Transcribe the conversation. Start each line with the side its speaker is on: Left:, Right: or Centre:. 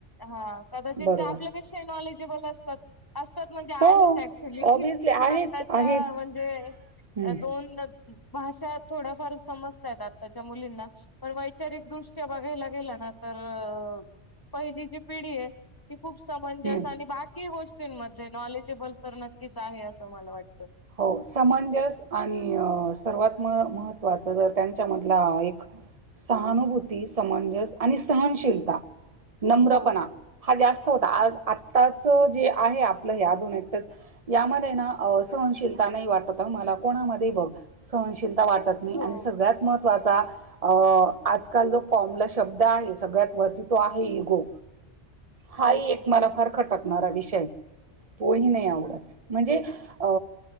Left: ह कदाचित
Right: बरोबर
Left: आपल्यापेक्षा नॉलेजेबल असतात अस म्हणजे आहे
Right: हो
Left: ऍक्च्युली
Right: ऑब्विसली आहेच
Left: आताच्या
Right: आहेच
Left: म्हणजे
Right: हम्म
Left: दोन भाषा थोडाफार समजताय आत्ताच्या मुलींना पण वैचारिकदृष्ट्या बघायला गेलं ना आता तर पहिली जी पिढी आहे त खूप समंजस
Right: हम्म
Left: आणि बाकी गोष्टींमध्ये नॉलेजेबल तर नक्कीच आहे असं मला वाटतं
Right: हो समंजस आणि सर्वात म महत्त्वाच जर त्यांच्यामधला एक सहानुभूती समंजस आणि सहनशीलता नम्रपणा
Left: हो
Right: हा जास्त आताच जे आहे आपलंच यामध्ये ना सहनशीलता नाही वाटत मला कोणामध्ये बघ सहनशील वाटत नाही
Left: हो
Right: आणि सगळ्यात महत्त्वाचा अ आजकाल जो फॉर्मला शब्द आहे सगळ्यात वरती तो आहे इगो हाही
Left: हो
Right: एक मला फार खटकणारा विषय
Left: हो
Right: तोही नाही आवडत म्हणजे अ